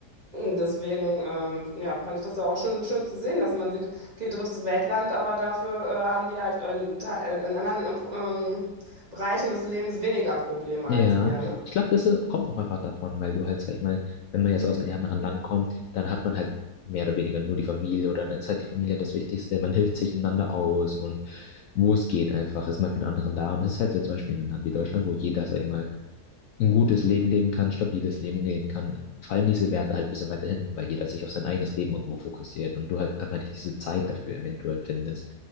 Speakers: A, on the right; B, on the left.
A: deswegen, ähm, ja, fand ich das da auch schön, schön zu sehen, dass man sieht, okay, drittes Weltland, aber dafür äh, haben die halt in, Te- äh, in anderen ähm, Bereichen des Lebens weniger Probleme
B: ja.
A: als wir, ne?
B: Ich glaube, das äh, kommt auch einfach davon, weil du halt, sag ich mal, wenn man jetzt aus einem ärmeren Land kommt, dann hat man halt mehr oder weniger nur die Familie oder dann ist halt die Familie das Wichtigste. Man hilft sich einander aus und wo es geht einfach, ist man für den anderen da. Und das ist halt jetzt zum Beispiel in einem Land wie Deutschland, wo jeder, sag ich mal, ein gutes Leben leben kann, stabiles Leben leben kann, fallen diese Werte halt ein bisschen weiter hinten, weil jeder sich auf sein eigenes Leben irgendwo fokussiert und du halt einfach nicht diese Zeit dafür eventuell findest.